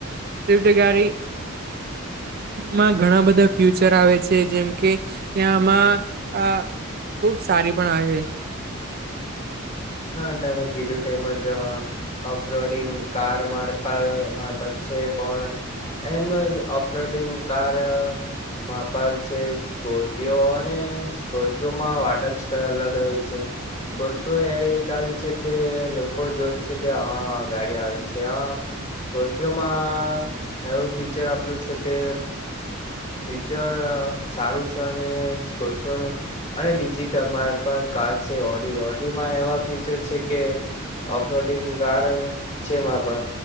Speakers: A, on the right; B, on the left.
A: સ્વીફ્ટ ગાડી મા ઘણા બધા ફ્યુચર આવે છે જેમ કે. ત્યાં આમાં અ ખુબ સારી પણ આવે છે.
B: હા તમે કીધું તેમજ અપરોડિંગ કાર મારફ મારફત છે પણ એમજ ઓફરોડિંગ કાર વાપાર છે. સ્કોર્પિયો હોવા ને સ્કોર્પિયોમાં વાટા જ કઈ અલગ હોય છે. સ્કોર્પિયો એ <unintelligible> છે કે લોકો જોય છે કે હા ગાડી આવી છે હ. સ્કોર્પિયોમાં એવું ફીચર આપલું છે કે. ફીચર સારું છે અને કોઈ પણ. અને બીજી મારે પર કાર છે ઓડી ઓડીમાં એવા ફીચર છે કે. ઓફરોડિંગ ગાર છે મા પર.